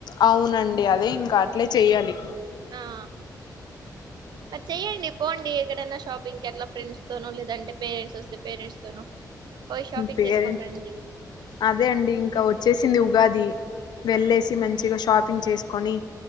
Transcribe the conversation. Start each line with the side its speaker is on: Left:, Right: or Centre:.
Left: అవునండి అదే ఇంకా అట్లే చేయాలి
Right: ఆ చెయ్యండి పోండి ఎక్కడైనా షాపింగ్కి ఎట్లా ఫ్రెండ్స్ తోనో లేదంటే పేరెంట్స్ వస్తే పేరెంట్స్ తోనో పోయి షాపింగ్
Left: పేరు
Right: చేసుకొని రండి
Left: అదే అండి ఇంకా వచ్చేసింది ఉగాది వెళ్ళేసి
Right: ఆ
Left: మంచిగా షాప్ ప్పింగ్ చేసుకొని